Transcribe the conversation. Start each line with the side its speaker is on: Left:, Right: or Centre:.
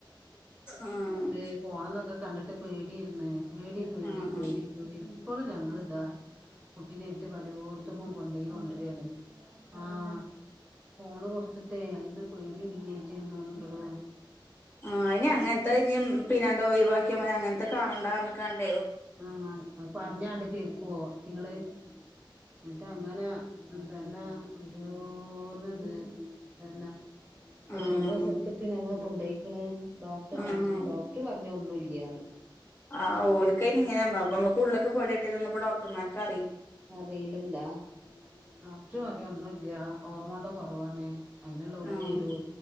Left: ആഹ്
Right: ഇതെ ഫോണ്ന്നൊക്കെ കണ്ടിട്ട് പേടിരിന്ന് പേടി പേടി
Left: ആഹ്
Right: പേടി പേടി ഇപ്പോളും ഞങ്ങളിതാ കുട്ടിനായിട്ട് പലോടുത്തും കൊണ്ടോയി കൊണ്ടുവര്ണ് ആഹ് ഫോണ് കൊ ടുത്തിട്ടേ അയില് പേടികുടുങ്ങിട്ട് എന്തോ ഒണ്ടടോ
Left: ആഹ് ഇനി അങ്ങനത്തെ ഇനിം <unintelligible> ഒഴിവാക്കിയാ മതി അങ്ങനത്തെ കാണണ്ട <unintelligible>
Right: ആഹ് പറഞ്ഞണ്ട് കേക്കുവോ ഇങ്ങള് എന്നിട്ടങ്ങനാ തന്നാ ഒരോന്നിത് തന്ന
Left: ആഹ്
Right: എത്രോ സലത്തിക്ക് ഞങ്ങ കൊണ്ടോയെക്ക്ണ് ഡോക്ടറെ
Left: ആഹ്
Right: കാണിച്ച് ഡോക്ടർ പറഞ്ഞു ഒന്നുല്ല്യന്ന്
Left: ആഹ് ഓൽക്കയിന് ഇങ്ങനെ അമ്മക്ക് ഉള്ളക്ക് പേടിതട്ടിയതൊന്നും ഇപ്പോ ഡോക്ടർമാർക്ക
Right: അറിയില്ലല്ല ഡോക്ടർ പറയാ ഒന്നുല്ല്യ ഹോർമോൺന്റെ കൊറവാണ് അയിനൊള്ള ഗുളികരു
Left: ആഹ്